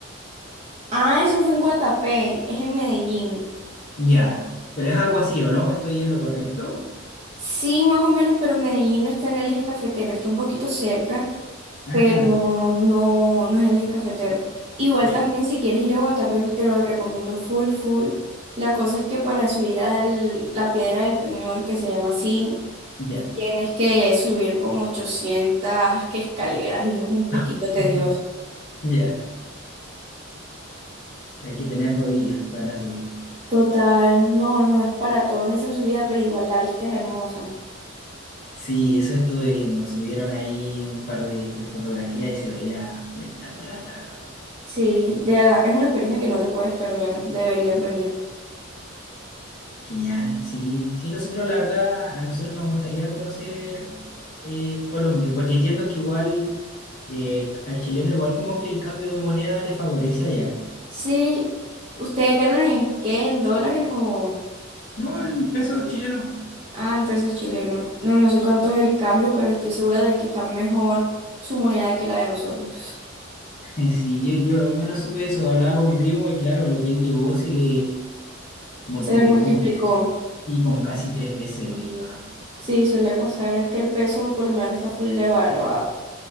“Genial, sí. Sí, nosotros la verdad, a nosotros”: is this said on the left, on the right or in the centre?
Left